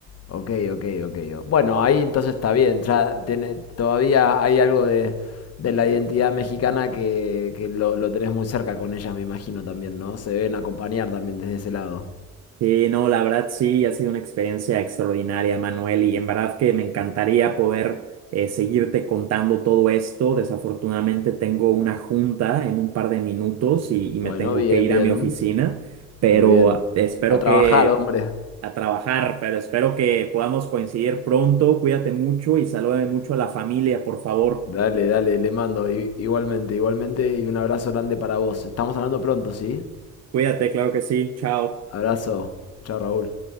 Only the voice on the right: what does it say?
Sí, no, la verdad sí, ha sido una experiencia extraordinaria, Manuel, y en verdad que me encantaría poder eh, seguirte contando todo esto. Desafortunadamente tengo una junta en un par de minutos y, y
me tengo
que ir
a mi oficina, pero
espero
que
a trabajar, pero espero que podamos coincidir pronto. Cuídate mucho y salúdame mucho a la familia, por favor.
Cuídate, claro que sí. Chao.